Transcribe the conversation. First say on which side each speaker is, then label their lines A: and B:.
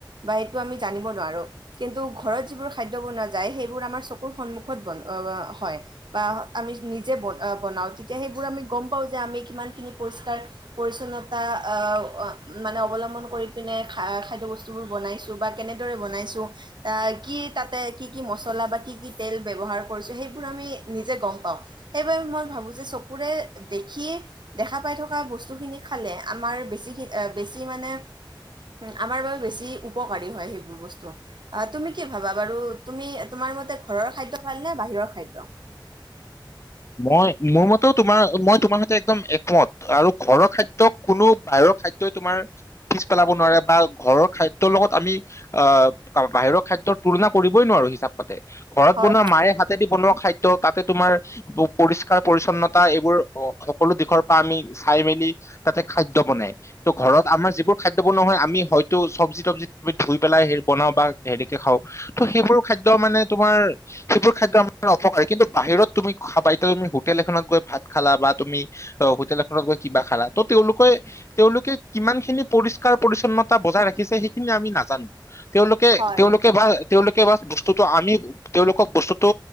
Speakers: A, on the right (about 65°); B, on the left (about 35°).
A: বা এইটো আমি জানিব নোৱাৰোঁ। কিন্তু ঘৰত যিবোৰ খাদ্য বনোৱা যায়, সেইবোৰ আমাৰ চকুৰ সন্মুখত বন, অ অ হয়। বা আমি নিজে বন অ বনাওঁ, তেতিয়া সেইবোৰ আমি গম পাওঁ যে আমি কিমানখিনি পৰিষ্কাৰ পিৰচনত তা আহ অ, মানে অৱলম্বন কৰি পিনে খা-খাদ্য বস্তুবোৰ বনাইছোঁ বা কেনেদৰে বনাইছোঁ। আহ কি তাতে কি কি মছলা বা কি কি তেল ব্যৱহাৰ কৰিছোঁ, সেইবোৰ আমি নিজে গম পাওঁ। সেইবাবে মই ভাবোঁ যে চকুৰে দেখি দেখা পাই থকা বস্তুখিনি খা- খালে আমাৰ বেছিশি অ, বেছি মানে, হম, আমাৰ বাবে বেছি উপকাৰী হয় সেইবোৰ বস্তু। আহ, তুমি কি ভাবা বাৰু, তুমি তোমাৰ মতে ঘৰৰ খাদ্য ভাল নে বাহিৰৰ খাদ্য?
B: মই, মোৰ মতেও তোমাৰ, মই তোমাৰ সৈতে একদম একমত। আৰু ঘৰৰ খাদ্যক কোনো বাহিৰৰ- খাদ্যই তোমাৰ পিছ পেলাব নোৱাৰে বা, ঘৰৰ খাদ্যৰ লগত আমি আহ, বাহিৰৰ খাদ্যৰ তুলনা কৰিবই নোৱাৰোঁ হিচাপ মতে। ঘৰত
A: হয়
B: বনোৱা
A: হয়
B: মাৰে হাতেদি বনোৱা খাই দ্য, তাতে তোমাৰ প পৰিষ্কাৰ-পৰিচ্ছন্নতা এইবোৰ অ সকলো দিশৰ পৰা আমি চাই-মেলি তাতে খাদ্য বনে। ত ঘৰত আমাৰ যিবোৰ খাদ্য বনোৱা হয়, আমি হয়তো চব্‌জি-তব্‌জিবোৰ ধুই পেলাই হেৰি বনাওঁ বা হেৰিকে খাওঁ। ত' সেইবোৰ খাদ্য মানে তোমাৰ সেইবোৰ খাদ্য আমাৰ অপকাৰী কিন্তু বা তুমি খাবা <unintelligible> হোটেল এখনত গৈ ভাত খালা বা তুমি অ হোটেল এখনত গৈ কিবা খালা, ত তেওঁলোকে তেওঁলোকে কিমান খিনি পৰিষ্কাৰ-পৰিচ্ছন্নতা বজাই ৰাখিছে সেইখিনি আমি নাজানোঁ। তেওঁলোকে,
A: হয়
B: তেওঁলোকে ভাল, তেওঁলোক কে বা বস্তুটো আমি, তেওঁলোকক বস্তুটো